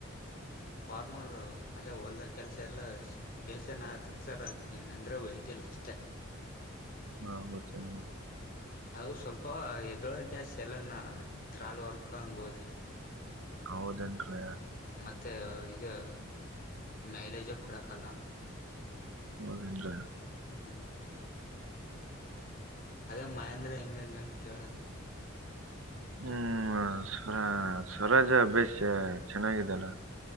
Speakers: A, on the left; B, on the right.
A: ಫಾರ್ಮರ್ ಅದೇ ಹೊಲ್ದ ಕೆಲ್ಸ ಎಲ್ಲ ಬೇಸನ ಆತದ ಸರ್ ಅದ ಏನಂದ್ರೆ ವಯಟ್ ಇಲ್ಲ ಅಷ್ಟೇ
B: ಹಾ ಚ
A: ಅದು ಸ್ವಲ್ಪ ಎದೊಳಗ್ ಜಾಸ್ತಿ ಎಲ್ಲಾನ ತ್ರಾಲ್ ವರ್ಕಂಗ ಹೋದ್ರೆ
B: ಹೌದೇನ್ರರಿ
A: ಮತ್ತು ಇದು ಮೈಲೇಜಾಗ ಕೊಡಕ್ಕಲ್ಲ
B: ಹೌದಿಲ್ಲ
A: ಹ್ಮ್ ಅಗ ಮಹೇಂದ್ರ ಹೆಂಗಂಗಂತ ಕೇಳ
B: ಹ್ಮ್ ಸ್ವರ ಸ್ವರಾಜ ಅಭ್ಯಾಸ ಚೆನ್ನಾಗಿದಲ್ಲ